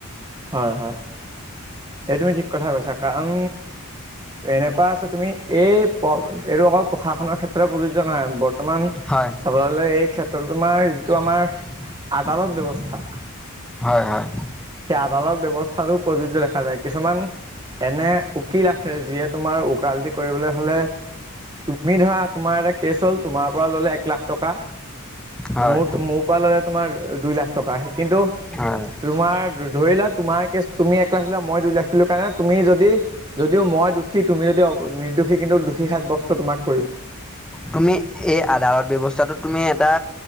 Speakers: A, on the right; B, in the centre.
A: হয়, হয় এই তুমি ঠিক কথা কৈছা কাৰণ এনেকুৱা আছে তুমি এই এইটো অকল প্ৰশাসনৰ ক্ষেত্ৰত প্ৰযোজ্য নহয় বৰ্তমান
B: হয়
A: চাবলৈ গ'লে এই ক্ষেত্ৰত তোমাৰ যিটো আমাৰ আদালত ব্যৱস্থা
B: হয়, হয়।
A: সেই আদালত ব্যৱস্থাটো প্ৰযোজ্য দেখা যায় কিছুমান এনে উকিল আছে যিয়ে তোমাৰ উকালতি কৰিবলৈ হ'লে তুমি ধৰা তোমাৰ এটা কেছ হ'ল তোমাৰ পৰা ললে এক লাখ টকা মোক,
B: হয়
A: মোক মোৰ পা ল'লে তোমাৰ দুই লাখ টকা কিন্তু
B: হয়
A: তোমাৰ ধৰিলা তোমাৰ কেচ তুমি এক লাখ দিলা মই দুই লাখ দিলো কাৰণে তুমি যদি যদিও মই দোষী তুমি যদি নিৰ্দোষী কিন্তু দুষী সাব্যস্ত তোমাক কৰিব।
B: তুমি এই আদালত ব্যৱস্থাটোত তুমি এটা